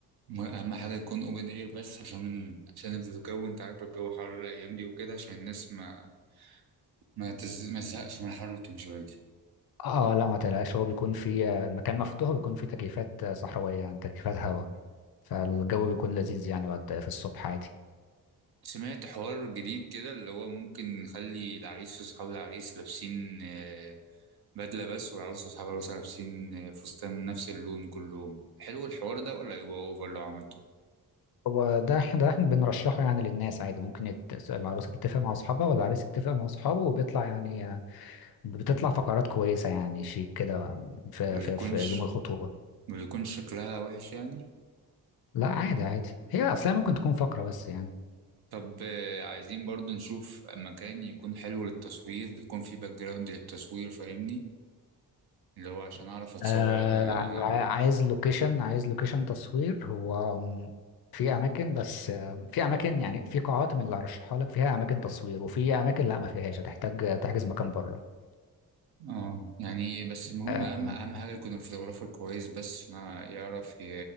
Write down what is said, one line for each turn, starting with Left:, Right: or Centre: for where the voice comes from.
Right: م- أهم حاجة يكون أوبن إير بس عشان عشان الجو أنت عارف الجو حر الأيام دي وكده عشان الناس ما ما تز... ما تزهقش من الحر وتمشي بدري
Left: اه لا ما تقلقش هو بيكون في آه، المكان مفتوح وبيكون فيه تكييفات آه، صحراوية يعني تكييفات هواء فالجو بيكون لذيذ يعني وقت في الصبح عادي
Right: سمعت حوار جديد كده اللي هو ممكن نخلي العريس واصحاب العريس لابسين آه، بدلة بس والعروس واصحاب العروسة لابسين آه، فستان من نفس اللون كلهم حلو الحوار ده ولا يبقى اوفر لو عملته
Left: هو ده احنا ده احنا بنرشحه يعني للناس عادي ممكن يت... العروسة تتفق مع اصحابها والعريس يتفق مع اصحابه وبيطلع يعني بتطلع فقرات كويسة يعني شيك كده في
Right: ما بيكونش
Left: في في يوم الخطوبة
Right: ما بيكونش شكلها وحش يعني
Left: لا عادي عادي هي أصلا ممكن تكون فقرة بس يعني
Right: طب آه، عايزين برضو نشوف مكان يكون حلو للتصوير يكون فيه باك جراوند للتصوير فاهمني اللي هو عشان اعرف اتصور
Left: آه
Right: انا
Left: ع-
Right: انا
Left: عايز لوكيشن عايز لوكيشن تصوير هو م- في أماكن بس آه، في أماكن يعني في قاعات من اللي هرشحها لك فيها أماكن تصوير وفي أماكن لا ما فيهاش هتحتاج تحجز مكان بره
Right: اه يعني بس المهم
Left: آم،
Right: اهم اهم حاجه يكون الفوتوغرافر كويس بس ما يعرف ي-